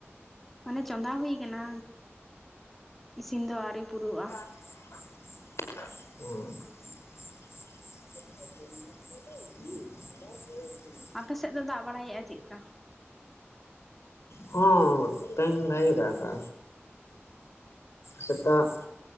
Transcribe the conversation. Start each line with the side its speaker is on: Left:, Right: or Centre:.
Centre: ᱢᱟᱱᱮ ᱪᱚᱸᱫᱟ ᱦᱩᱭ ᱟᱠᱟᱱᱟ ᱤᱥᱤᱱ ᱫᱚ ᱟᱹᱣᱨᱤ ᱯᱩᱨᱟᱹᱜᱼᱟ
Left: <unintelligible> <unintelligible>
Centre: ᱟᱯᱮ ᱥᱮᱫ ᱫᱚ ᱫᱟᱜ ᱵᱟᱲᱟᱭᱮᱫᱼᱟ ᱪᱮᱫᱠᱟ?
Left: ᱦᱚᱸᱼᱼ ᱵᱷᱟᱹᱜᱤᱭ ᱫᱟᱜ ᱟᱠᱟᱜᱼᱟ᱾ ᱥᱮᱛᱟᱜ